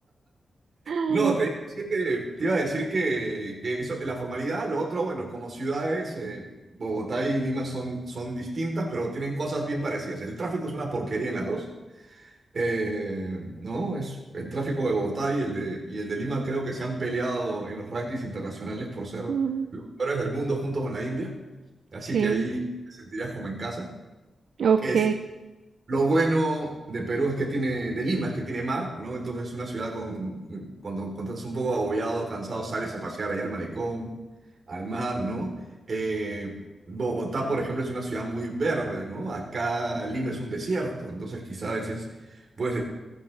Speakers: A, on the right (about 75°); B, on the right (about 55°).
A: <gasps>
B: No, te iba a decir que, te iba a decir que, que eso, la formalidad, lo otro, bueno, como ciudades, eh, Bogotá y Lima son, son distintas, pero tienen cosas bien parecidas. El tráfico es una porquería en las dos, eh, ¿no? Es, el tráfico de Bogotá y el de, y el de Lima creo que se han peleado en los rankings internacionales por ser
A: mm,
B: los peores del mundo junto con la India, así
A: sí,
B: que ahí te sentirás como en casa.
A: ok.
B: Es lo bueno de Perú es que tiene, de Lima es que tiene mar, ¿no? Entonces es una ciudad con, cuando, cuando estás un poco agobiado, cansado, sales a pasear allá al malecón, al mar, ¿no? Eh, Bogotá, por ejemplo, es una ciudad muy verde, ¿no? Acá Lima es un desierto, entonces quizá a veces puedes decir